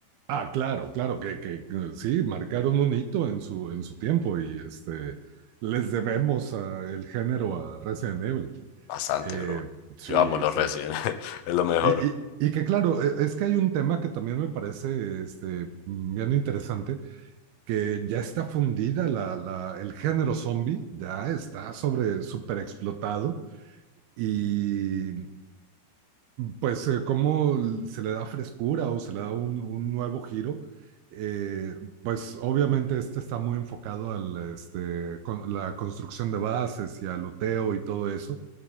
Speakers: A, on the right (about 75°); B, on the left (about 80°).
A: Ah, claro, claro, que, que, que sí, marcaron un hito en su, en su tiempo y este, les debemos a- el género a Resident Evil.
B: Bastante,
A: Eh,
B: bro.
A: sí,
B: Yo amo los
A: sí.
B: Resident. <laughs> Es lo mejor.
A: Y, y- y que claro, e- es que hay un tema que también me parece este, bien interesante, que ya está fundida la, la- el género zombie, ya está sobre, súper explotado y pues eh, cómo se le da frescura o se le da un, un nuevo giro, Eh, pues obviamente este está muy enfocado a la, este, con- la construcción de bases y al uteo y todo eso,